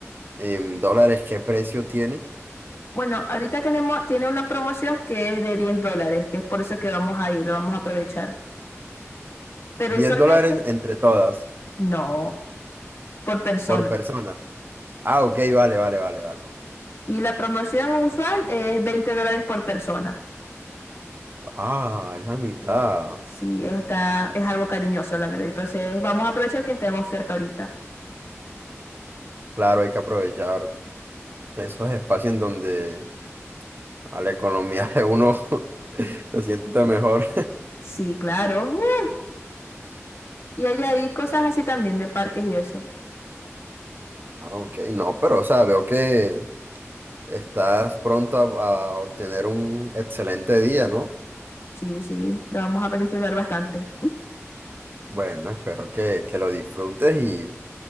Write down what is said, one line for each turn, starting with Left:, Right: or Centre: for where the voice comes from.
Right: en dólares, ¿qué precio tiene?
Left: Bueno, ahorita tenemos, tiene una promoción que es de 10 dólares, que es por eso que vamos a ir, lo vamos a aprovechar. Pero
Right: diez
Left: usualmente,
Right: dólares entre todas,
Left: no, por persona.
Right: por persona. Ah, ok, vale, vale, vale, vale.
Left: Y la promoción usual es 20 dólares por persona.
Right: Ah, es la mitad.
Left: Sí, eso está, es algo cariñoso, la verdad. Entonces, vamos a aprovechar que está en oferta ahorita.
Right: Claro, hay que aprovechar esos espacios en donde a la economía de uno <laughs> se sienta mejor.
Left: Sí, claro. ¡Uh! Y hay ahí cosas así también de parques y eso.
Right: Ah, ok, no, pero o sea, veo que estás pronto a, a obtener un excelente día, ¿no?
Left: Sí, sí, lo vamos a disfrutar bastante.
Right: Bueno, espero que, que lo disfrutes y